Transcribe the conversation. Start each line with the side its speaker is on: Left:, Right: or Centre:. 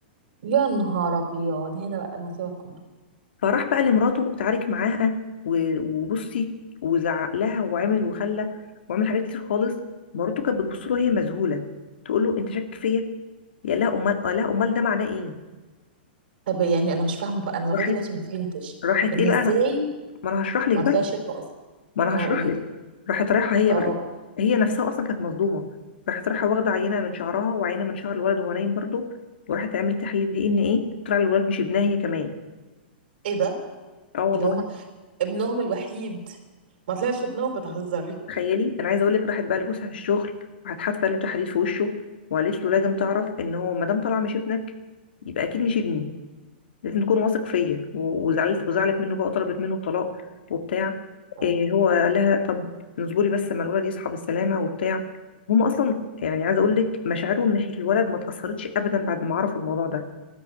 Right: يا نهار ابيض هنا بقى المصيبه الكبرى
Left: فراح بقى لمراته اتعارك معاها و- وبصي وزعق لها وعمل وخلى وعمل حاجات كتير خالص مراته كانت بتبص له وهي مذهوله تقول له انت شاك فيا يا لا امال اه لا امال ده معناه ايه
Right: طب يعني انا مش فاهمه بقى انا لغايه
Left: راحت
Right: دلوقتي ما فهمتش
Left: راحت
Right: ان
Left: ايه
Right: ازاي
Left: بقى انا ما انا هشرح لك
Right: ما طلعش
Left: بقى
Right: ابنه اصلا
Left: ما انا
Right: اه
Left: هشرح
Right: قولي
Left: لك
Right: لي
Left: راحت رايحه هي
Right: اه
Left: بقى هي نفسها اصلا كانت مصدومه راحت رايحه واخده عينه من شعرها وعينه من شعر الولد وهو نايم برضه وراحت عملت تحليل دي ان ايه طلع الولد مش ابنها هي كمان
Right: ايه ده
Left: اه والله
Right: اللي هما ابنهم الوحيد ما طلعش ابنهم بتهزري
Left: تخيلي انا عايزه اقول لك راحت بقى لجوزها في الشغل راحت حادفه له تحديد في وشه وقالت له لازم تعرف ان هو ما دام طلع مش ابنك يبقى اكيد مش ابني لازم تكون واثق فيا و- وزعلت وزعلت منه بقى وطلبت منه الطلاق وبتاع
Right: <laughs> اه
Left: إيه هو قال لها طب اصبري بس اما الولد يصحى بالسلامه وبتاع هم اصلا يعني عايزه اقول لك مشاعرهم ناحيه الولد ما اتاثرتش ابدا بعد ما عرفوا الموضوع ده